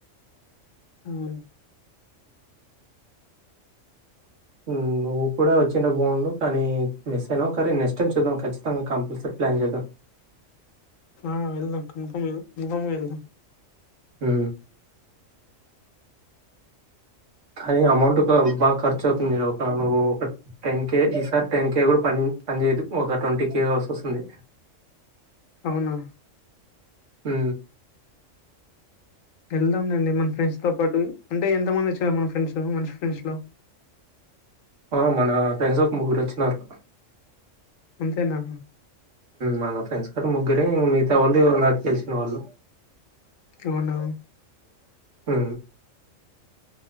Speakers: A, on the left; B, on the right.
A: హు
B: హు నువ్వు కూడా వచ్చింటే బాగుండు కానీ మిస్ అయినావు కాని నెక్స్ట్ టైమ్ చూద్దాం ఖచ్చితంగా కంపల్సరి ప్లాన్ చేద్దాం
A: ఆ వెళ్దాం కన్ఫర్మ్ కన్ఫర్మ్గా వెళ్దాం
B: హు కానీ అమౌంట్ బాగా ఖర్చు అవుతుంది నువ్వు ఒక టెన్ కే ఈసారి టెన్ కే కూడా ప పని చేయదు ఒక ట్వంటీ కే కావల్సి వస్తుంది
A: అవునా
B: హు
A: వెళ్దాం లేండి మన ఫ్రెండ్స్ తో పాటు అంటే ఎంత మంది వచ్చారు మన ఫ్రెండ్స్ మంచి ఫ్రెండ్స్ లో
B: ఆ మన ఫ్రెండ్స్ ఒక ఒక ముగ్గురు వచ్చినారు
A: అంతేనా
B: మన ఫ్రెండ్స్ కాటి ముగ్గురే మిగతా వాళ్ళు నాకు తెలిసిన వాళ్ళు
A: అవునా
B: హు